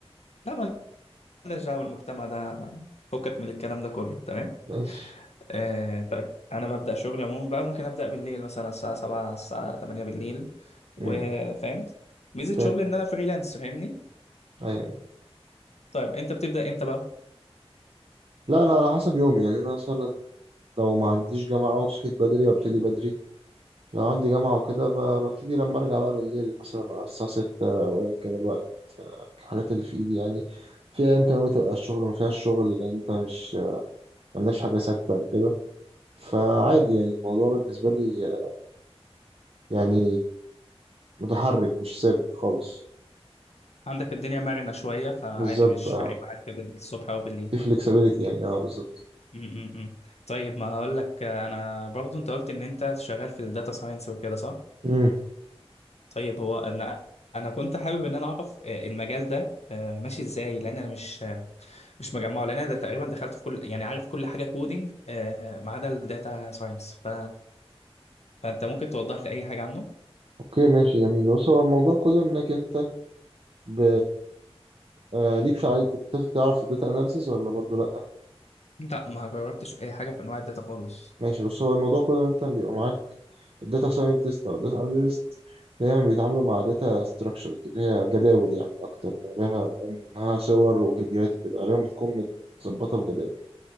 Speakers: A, on the left; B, on the right.
A: لا ما لناش دعوه بالمجتمع ده فكك من الكلام ده كله تمام
B: ماشي
A: آه طيب انا ببدا شغلي عموما بقى ممكن ابدا بالليل مثلا الساعه 7 الساعه 8 بالليل وفاهم
B: امم
A: ميزه
B: فاهم
A: شغلي ان انا فريلانس فاهمني
B: ايوه
A: طيب انت بتبدا امتى بقى
B: لا انا على حسب يومي يعني انا مثلا لو ما عنديش جامعة وصحيت بدري وابتدي بدري لو عندي جامعة وكده ب- ببتدي لما أرجع بقى بالليل مثلا على الساعة ستة أو أيا كان الوقت الحاجات اللي في إيدي يعني في أيام كمان بتبقى الشغل ما فيهاش شغل لأن أنت مش ما عندكش حاجة ثابتة أو كده فعادي يعني الموضوع بالنسبة لي يعني متحرك مش ثابت خالص
A: عندك الدنيا مرنه شويه فعادي
B: بالظبط
A: مش
B: اه
A: فارق معاك الصبح او بالليل
B: في flexibility يعني اه بالظبط
A: م- م- م. طيب ما هقول لك آه، انا برضو انت قلت ان انت شغال في الداتا ساينس وكده صح
B: امم
A: طيب هو انا انا كنت حابب ان انا اعرف آه، المجال ده آه، ماشي ازاي لان انا مش آه، مش مجمعه لان انا ده تقريبا دخلت في كل يعني عارف كل حاجه كودينج آه، ما عدا الداتا ساينس ف فانت ممكن توضح لي اي حاجه عنه
B: اوكي ماشي جميل بص هو الموضوع كله انك انت ب... آه ليك في عايز تعرف الداتا اناليسز ولا برضو لا
A: لا ما جربتش اي حاجه في انواع الداتا خالص
B: ماشي بص هو الموضوع كله إن انت بيبقى معاك الداتا ساينتست او الداتا اناليست دايما بيتعاملوا مع داتا ستراكشرد اللي هي جداول يعني اكتر من غيرها انها صور وفيديوهات وكده غالبا بتكون متظبطه في جداول